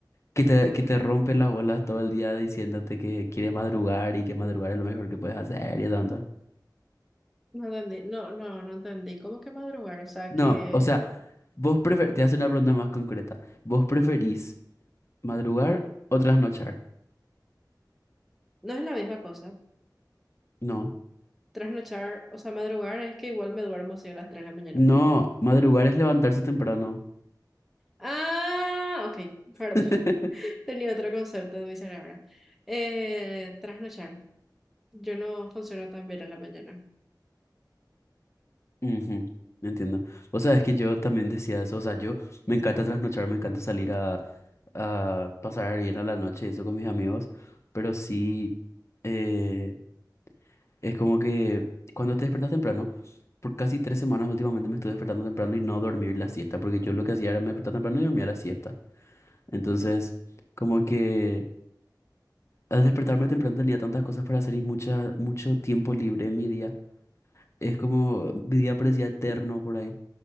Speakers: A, on the left (about 40°); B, in the centre.
A: que te, que te rompe las bolas todo el día diciéndote que quiere madrugar y que madrugar es lo mejor que puedes hacer y tanta?
B: No entendí, no, no, no entendí. ¿Cómo que madrugar? O sea,
A: No,
B: que
A: o sea, Vos prefer... Te hace una pregunta más concreta. ¿Vos preferís madrugar o trasnochar?
B: no es la misma cosa.
A: No.
B: Trasnochar, o sea, madrugar es que igual me duermo si a las 3 de la mañana
A: No,
B: por ahí.
A: madrugar es levantarse temprano.
B: Ah, ok, perdón.
A: <laughs>
B: <laughs> Tenía otro concepto en mi cerebro. Eh, trasnochar. Yo no funciono tan bien a la mañana.
A: Ujú, Entiendo. Vos sabés que yo también decía eso. O sea, yo me encanta trasnochar, me encanta salir a, a pasar bien a la noche, eso con mis amigos. Pero sí, eh, es como que cuando te despertas temprano, por casi tres semanas últimamente me estoy despertando temprano y no dormir la siesta, porque yo lo que hacía era me despertar temprano y dormía la siesta. Entonces, como que al despertarme temprano tenía tantas cosas para hacer y mucha, mucho tiempo libre en mi día. Es como, mi día parecía eterno por ahí.